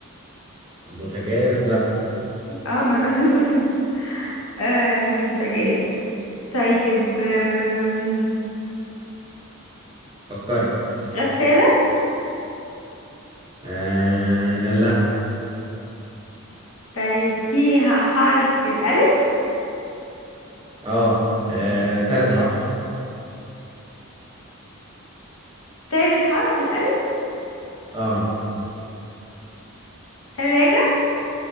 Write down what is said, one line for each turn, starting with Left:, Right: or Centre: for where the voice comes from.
Right: البوتاجاز لا
Left: اه ما انا <laughs> أصل آه مش بوتاجاز طيب آم،
Right: فكري
Left: غسالة
Right: آه لا
Left: طيب فيها حرف الألف
Right: اه, آه تالت حرف
Left: تالت حرف الألف
Right: اه
Left: تلاجة